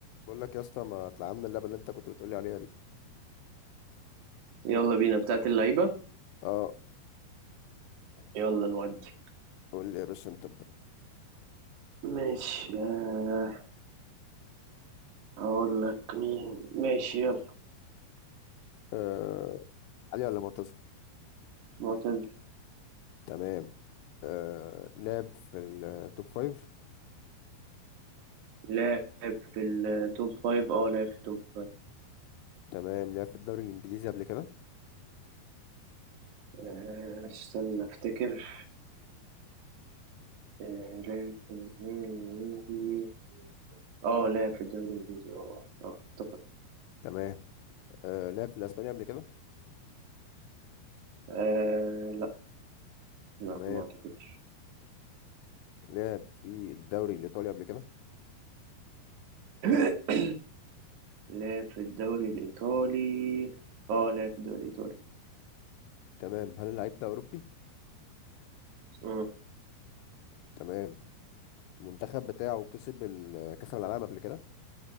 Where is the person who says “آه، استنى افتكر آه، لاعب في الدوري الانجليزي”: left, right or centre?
Right